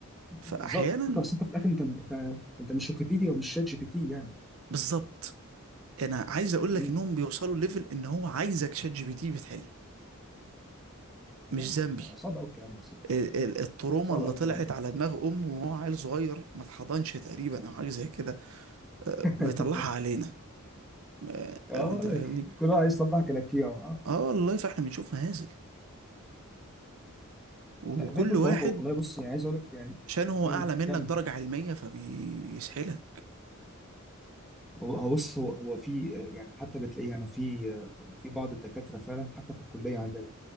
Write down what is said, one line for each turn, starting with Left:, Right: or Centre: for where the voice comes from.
Centre: بالظبط
Right: فاحيانا
Centre: بس انت في الاخر انت انت انت مش ويكيبيديا ومش شات جي بي تي يعني
Right: بالظبط انا عايز اقول
Centre: م.
Right: لك انهم بيوصلوا ليفل ان هو عايزك شات جي بي تي بتحل مش
Centre: لا
Right: ذنبي
Centre: مش صعب قوي الكلام ده
Right: ال- ال- التروما
Centre: صعب
Right: اللي
Centre: قوي
Right: طلعت
Centre: الكلام ده
Right: على دماغ امه وهو عيل صغير ما اتحضنش تقريبا او حاجه زي كده آه،
Centre: <laughs>
Right: بيطلعها علينا آه،
Centre: اه
Right: آه، انت
Centre: لا
Right: فاهمني
Centre: كل واحد عايز يطلع كلاكيع اه آه.
Right: اه والله فاحنا بنشوف مهازل وكل
Centre: لا ما يكون
Right: واحد
Centre: في عونكم والله بص يعني عايز اقول لك يعني
Right: عشان هو
Centre: م،
Right: اعلى منك
Centre: كمل
Right: درجه علميه فبيسحلك
Centre: هو هو بص هو هو في يعني حتى بتلاقيه انا في في بعض الدكاتره فعلا حتى في الكليه عندنا